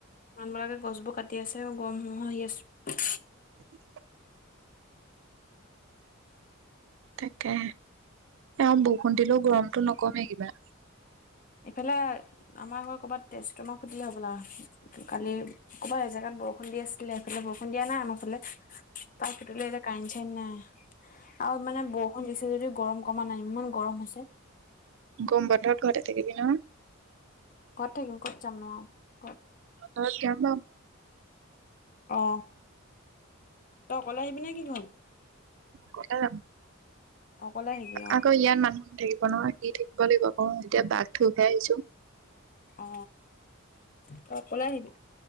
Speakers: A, on the left; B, on the right.
A: মানবাকে গছবোৰ কাটি আছে গৰমসমূহ আহি আছো।
B: উ। তাকে। এ বষুণ দিলেও গৰমতটো নকমেই কিবা।
A: এইফালে আমাৰ ঘৰত কৰ'বাত তেজমা সুধিলে হবলা কালি ক'বাত এজেগান ব বৰষুণ দি আছিলে এইফালে বৰষুণ দিয়া নাই আমাৰফালে। ত ফুটিলে যে কাৰেণ্ট চাৰেন্ত নাই। আও মানে বৰষুণ দিছে যে যদি গৰম কমা নাই ইমান গৰম হৈছে।
B: গম বন্ধত ঘৰতে থাকিবি নহয়।
A: ঘৰত থাকম কতযাম নো আও
B: মই নিম
A: অ তইকলে আহিবি নে কি ঘ
B: ক য
A: অকলে আহিবি অ',
B: আকৌ ইয়াত মানুহ নাথাকিব নহয়। কি থাকিব লাগিব ক এতিয়া বাঘ <unintelligible>
A: অ ত অকলে আহিবি